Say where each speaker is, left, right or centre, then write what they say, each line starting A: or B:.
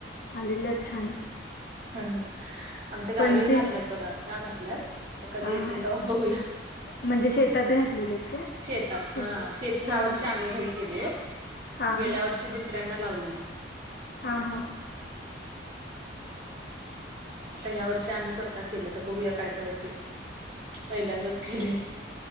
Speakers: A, on the left; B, on the right.
A: आलेला छान.
B: ह ह आमच्या गावी
A: पण
B: घातलात
A: ते
B: बघा आता घातल्यात. आता कधी
A: हा
B: येते
A: हा
B: ते बघूया?
A: म्हणजे शेतात घातलेले आहेत काय
B: शेतात
A: ओके
B: हा शेती ह्या
A: हा
B: वर्षी
A: हा
B: आम्ही घरी केली.
A: हा
B: गेल्या
A: हा
B: वर्षी दुसऱ्यांना लावलेली.
A: हा हा.
B: आता ह्या वर्षी आम्ही स्वतः. आता केले तर बघूया काय काय होते पहिल्यांदाच केले